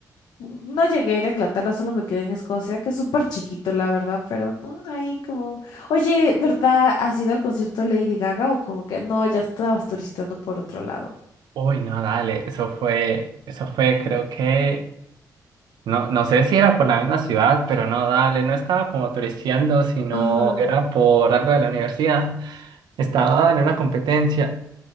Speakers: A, on the left; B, on the right.
A: no llegué a ir a Inglaterra, solo me quedé en Escocia, que es súper chiquito la verdad, pero no, ahí como... Oye, ¿verdad? ¿Has ido al concierto de Lady Gaga o como que no, ya estabas turisteando por otro lado?
B: Uy, no, dale, eso fue, eso fue, creo que, no, no sé si era por la misma ciudad, pero no, dale, no estaba como turisteando, sino
A: Ajá.
B: era por algo de la universidad. Estaba en una competencia.